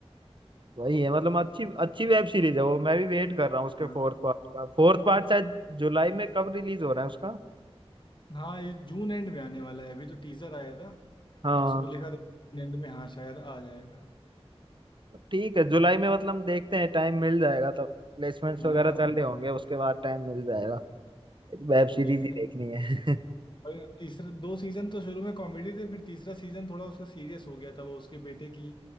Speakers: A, on the right; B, on the left.
A: वही है मतलब अच्छी अच्छी वेब सीरीज है वो मैं भी वेट कर रहा हूँ उसके
B: हाँ
A: फोर्थ पार्ट का फोर्थ पार्ट शायद जुलाई में कब रिलीज हो रहा है उसका
B: हाँ ये जून एंड में आने वाला है अभी तो टीजर आया था
A: हाँ
B: तो उसमें लिखा था जून एंड में हाँ शायद आ जाएगा
A: ठीक है जुलाई में मतलब देखते हैं टाइम मिल जाएगा तब प्लेसमेंट्स
B: हाँ
A: वगैरह चल रहे होंगे उसके बाद टाइम मिल जाएगा वेब
B: देखने
A: सीरीज ही देखनी है <laughs>
B: और तीसरा दो सीजन तो शुरू में कॉमेडी थे फिर तीसरा सीजन थोड़ा उसका सीरियस हो गया था वो उसके बेटे की